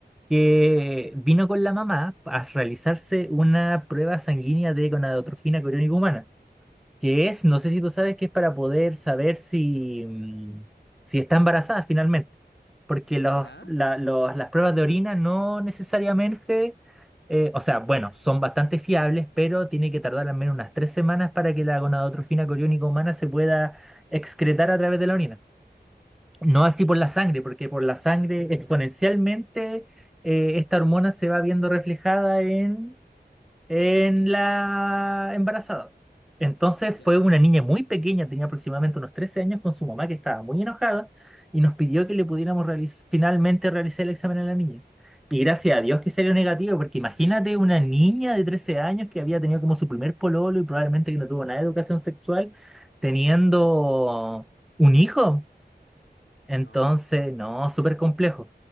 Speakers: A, in the centre; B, on the left (about 85°).
A: que vino con la mamá a realizarse una prueba sanguínea de gonadotrofina coriónica humana, que es, no sé si tú sabes, que es para poder saber si, mm, si está embarazada finalmente, porque los,
B: ¿Ya?
A: la- los- las pruebas de orina no necesariamente, eh, o sea, bueno, son bastante fiables, pero tiene que tardar al menos unas tres semanas para que la gonadotrofina coriónica humana se pueda excretar a través de la orina. No así por la sangre, porque por la sangre exponencialmente eh, esta hormona se va viendo reflejada en, en la embarazada. Entonces
B: ¿Ya?
A: fue una niña muy pequeña, tenía aproximadamente unos 13 años, con su mamá que estaba muy enojada y nos pidió que le pudiéramos realiz- finalmente realizar el examen a la niña. Y gracias a Dios que salió negativo, porque imagínate una niña de 13 años que había tenido como su primer pololo y probablemente que no tuvo nada de educación sexual, teniendo un hijo. Entonces,
B: No,
A: no, súper complejo.